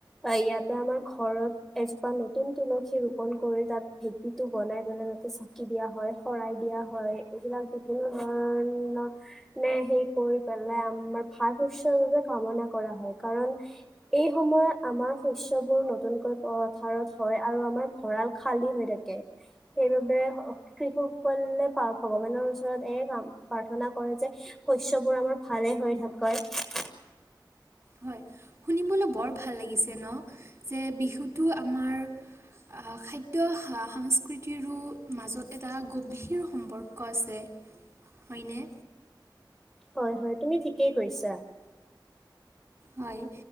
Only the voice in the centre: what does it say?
ইয়াতে আমাৰ ঘৰত এজোপা নতুন তুলসী ৰোপন কৰি তাত ভেকিটো বনাই পেলাই তাতে চাকি দিয়া হয় শৰাই দিয়া হয় এইবিলাক বিভিন্ন ধৰণৰ নে সেই কৰি পেলাই ভাল শস্য বাবে কামনা কৰা হয়, কাৰণ এই সময়ত আমাৰ শস্যবোৰ নতুনকৈথাৰত হয় আৰু আমাৰ ভঁৰাল খালী হৈ থাকে। সেইবাবে কৃষকসকলে ভগৱানৰ ওচৰত এ কাম প্ৰাৰ্থনা কৰে যে শস্যবোৰ আমাৰ ভালে হৈ থাক হয়।
হয় হয় তুমি থিকেই কৈছা